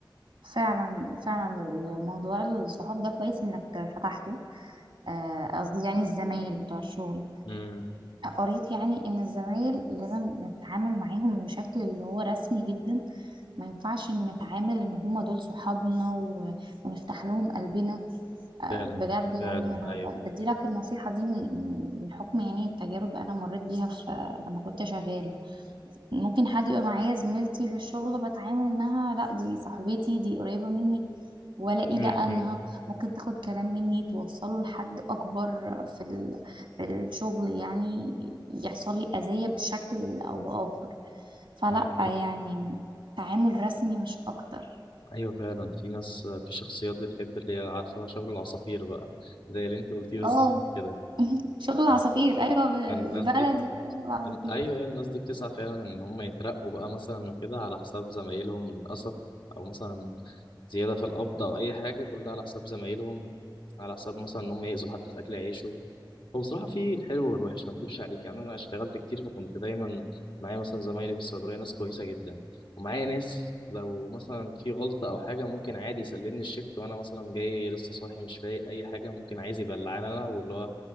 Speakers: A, on the right (about 85°); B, on the left (about 75°).
A: فعلا فعلا وموضوع الصحاب ده كويس انك فتحته آه، قصدي يعني الزمايل بتوع الشغل
B: امم
A: قريت يعني ان الزمايل لازم نتعامل معاهم بشكل اللي هو رسمي جدا ما ينفعش إن نتعامل ان هما دول صحابنا و- ونفتح لهم قلبنا آه،
B: فعلا
A: بجد يعني
B: فعلا
A: انا
B: ايوه
A: ب- بديلك النصيحة دي من من من حكم يعني التجارب انا مريت بيها في لما كنت شغالة ممكن حد يبقى معايا زميلتي في الشغل بتعامل انها لا دي صاحبتي دي قريبة مني والاقي
B: امم
A: لا انها ممكن تاخد كلام مني توصله لحد اكبر في ال... في الشغل يعني يحصل لي اذية بشكل او باخر فلا
B: معاك
A: يعني تعامل رسمي مش اكتر
B: ايوه فعلا في ناس في شخصيات بتحب اللي هي عارفه شغل العصافير بقى زي اللي انت قلتيه بالظبط
A: اه
B: كده
A: شغل عصافير
B: فكان
A: ايوه بالبلدي
B: الناس دي
A: كده شغل عصافير
B: ايوه أيوة، الناس دي بتسعى فعلا ان هم يترقوا بقى مثلا وكده على حساب زمايلهم للاسف او مثلا زياده في القبض او اي حاجه كل ده على حساب زمايلهم على حساب مثلا ان هم يأذوا حد في اكل عيشه هو بصراحة في الحلو والوحش ما اكدبش عليك يعني أنا اشتغلت كتير فكنت دايما معايا مثلا زمايلي في الصيدلية ناس كويسة جدا ومعايا ناس لو مثلا في غلطة أو حاجة ممكن عادي يسلمني الشيفت وأنا مثلا جاي لسه صاحي مش فايق أي حاجة ممكن عايز يبلعني أنا واللي هو